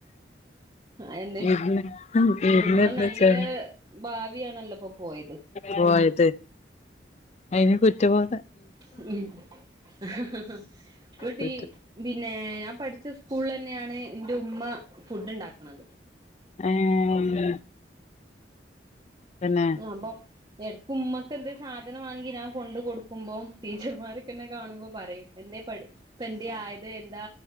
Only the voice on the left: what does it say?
ഇര്ന്ന് ഇര്ന്ന്
വെച്ചാര്
പോയത് അയിന് കുറ്റബോധ
കുറ്റ
ഏഹ് പിന്നെ